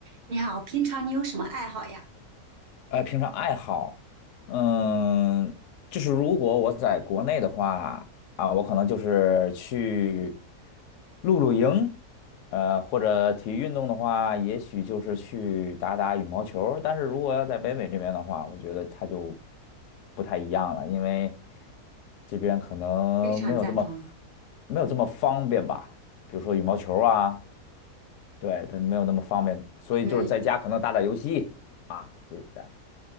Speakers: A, on the right; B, on the left.
A: 你好，平常你有什么爱好呀？
B: 呃，平常爱好，嗯，就是如果我在国内的话，啊，我可能就是去露露营，呃，或者体育运动的话，也许就是去打打羽毛球儿但是如果要在北美这边的话，我觉得它就不太一样了，因为这边可能没有这么
A: 非常赞同。
B: 没有这么方便吧，比如说羽毛球儿啊，对，它没有那么方便，所以就是在家可能打打游戏啊，
A: 对，
B: 就是这样。